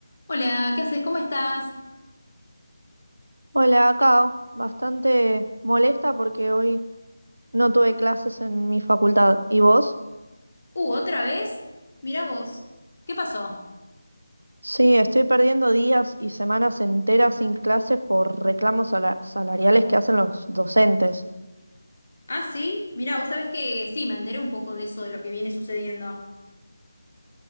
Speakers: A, on the left; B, on the right.
A: Hola, ¿qué haces? ¿Cómo estás?
B: Hola, acá bastante molesta porque hoy no tuve clases en mi facultad. ¿Y vos?
A: Uh, ¿otra vez? Mirá vos. ¿Qué pasó?
B: Sí, estoy perdiendo días y semanas enteras sin clases por reclamos sala- salariales que hacen los docentes.
A: Ah, sí, mirá, vos sabés que sí, me enteré un poco de eso, de lo que viene sucediendo.